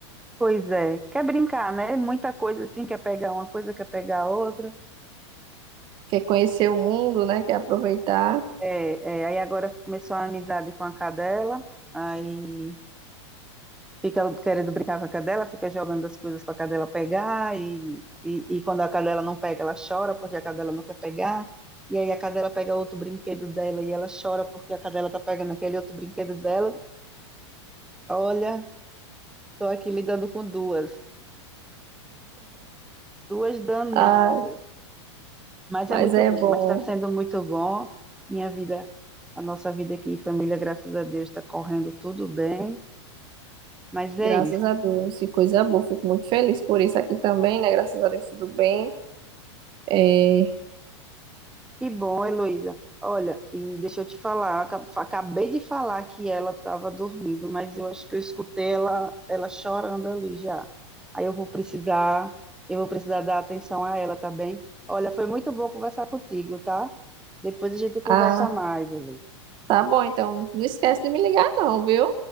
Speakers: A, in the centre; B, on the right (about 30°).
A: Pois é, quer brincar, né? Muita coisa assim, quer pegar uma coisa, quer pegar outra.
B: Quer conhecer o mundo, né? Quer aproveitar.
A: É, é, aí agora começou uma amizade com a cadela, aí fica querendo brincar com a cadela, fica jogando as coisas para a cadela pegar, e, e, e quando a cadela não pega, ela chora porque a cadela não quer pegar. E aí a cadela pega outro brinquedo dela e ela chora porque a cadela tá pegando aquele outro brinquedo dela. Olha, estou aqui lidando com duas, duas danadas,
B: Ah,
A: mas
B: mas
A: é muito
B: é
A: bom,
B: bom,
A: mas está sendo muito bom. Minha vida, a nossa vida aqui em família, graças a Deus, está correndo tudo bem, mas
B: graças
A: é isso.
B: a Deus, que coisa boa. Fico muito feliz por isso aqui também, né? Graças a Deus, tudo bem. É,
A: Que bom, Heloísa. Olha, e deixa eu te falar, aca- acabei de falar que ela estava dormindo, mas eu acho que eu escutei ela, ela chorando ali já. Aí eu vou precisar, eu vou precisar dar atenção a ela, tá bem? Olha, foi muito bom conversar contigo, tá? Depois a gente conversa
B: ah,
A: mais, Heloísa.
B: tá bom, então não esquece de me ligar, não, viu?